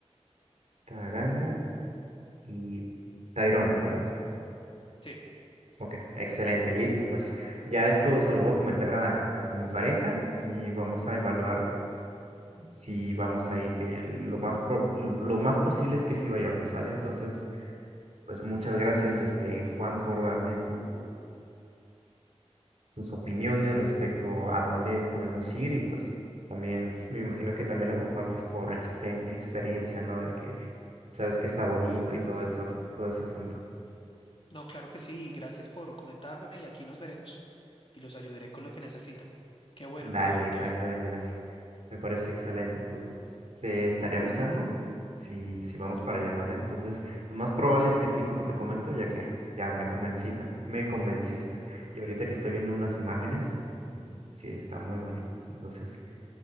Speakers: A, on the right; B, on the left.
A: Taganga y Tairón, ¿verdad?
B: Sí.
A: Ok, excelente, listo. Pues ya esto se lo voy a comentar a, a mi pareja y vamos a evaluar si vamos ahí, que lo más pro- lo más posible es que sí vayamos, ¿vale? Entonces, pues muchas gracias, este, Juan, por darme tu- tus opiniones respecto a dónde podemos ir y pues también me imagino que también lo compartes por expe- experiencia, ¿no? De que sabes que está bonito y todo eso, todo ese asunto.
B: No, claro que sí. y Gracias por comentarme y aquí nos veremos y los ayudaré con lo que necesitan. Qué bueno
A: Dale,
B: que, va- que
A: dale,
B: vengan.
A: dale, dale. Me parece excelente. Entonces, te estaré avisando si, si vamos para allá, ¿vale? Entonces, lo más probable es que sí, como te comento, ya que ya me convencita, me convenciste. Y ahorita que estoy viendo unas imágenes, mm, sí, está muy bonito. Entonces,